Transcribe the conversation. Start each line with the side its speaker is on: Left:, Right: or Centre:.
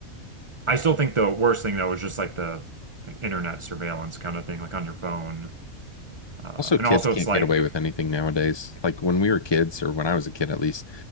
Right: I still think the worst thing though is just like the like internet surveillance kind of thing, like on your phone. Uh,
Left: Also,
Right: and
Left: kids
Right: also
Left: can't
Right: it's like
Left: get away with anything nowadays. Like when we were kids, or when I was a kid at least,